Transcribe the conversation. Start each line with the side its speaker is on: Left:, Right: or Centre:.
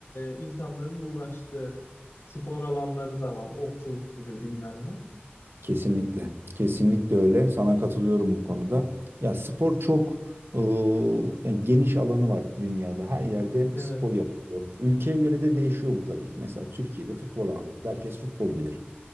Left: e, insanların uğraştığı spor alanları da var. Okçuluk gibi bilmem ne.
Right: Kesinlikle. Kesinlikle öyle. Sana katılıyorum bu konuda. Ya spor çok eee, yani geniş alanı var dünyada. Her yerde
Left: Evet,
Right: spor yapılıyor. Ülkeye göre de değişiyor bu tabii ki. Mesela Türkiye'de futbol ağırlıklı. Herkes futbolu bilir.